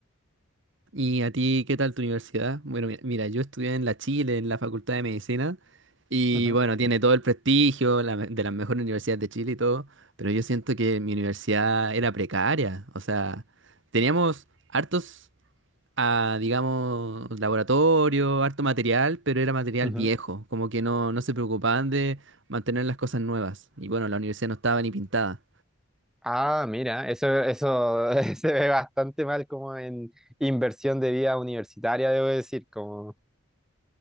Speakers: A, on the right; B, in the centre.
A: ¿Y a ti qué tal tu universidad? Bueno, mi- mira, yo estudié en la Chile, en la Facultad de Medicina, y
B: Ujú,
A: bueno, tiene todo el prestigio la me- de las mejores universidades de Chile y todo, pero yo siento que mi universidad era precaria, o sea, teníamos hartos, ah, digamos, laboratorio, harto material, pero era material
B: ujú.
A: viejo, como que no, no se preocupaban de mantener las cosas nuevas, y bueno, la universidad no estaba ni pintada.
B: Ah, mira, eso, eso <laughs> se ve bastante mal como en inversión de vida universitaria, debo decir, como,